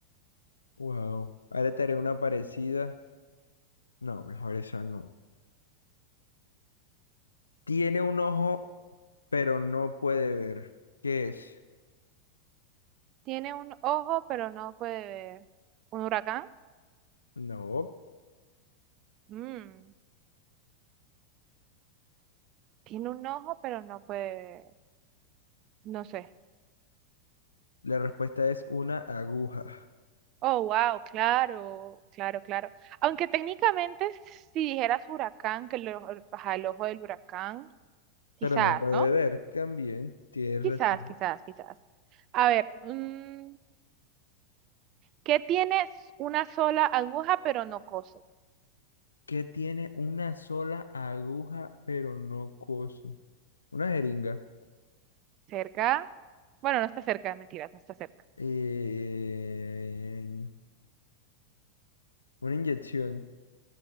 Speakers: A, on the left; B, on the right.
A: Wow. Ahora te haré una parecida. No, mejor esa no. Tiene un ojo, pero no puede ver. ¿Qué es?
B: Tiene un ojo, pero no puede ver. ¿Un huracán?
A: No.
B: Mm. Tiene un ojo, pero no puede ver. No sé.
A: La respuesta es una aguja.
B: Oh, wow, claro, claro, claro. Aunque técnicamente si dijeras huracán, que el, ojo- ajá, el ojo del huracán, quizás,
A: Pero no puede
B: ¿no?
A: ver, también tiene razón.
B: Quizás, quizás, quizás. A ver, mm, ¿qué tienes una sola aguja pero no coso?
A: Que tiene una sola aguja, pero no cose. Una jeringa.
B: ¿Cerca? Bueno, no está cerca, mentiras, no está cerca.
A: eh, una inyección.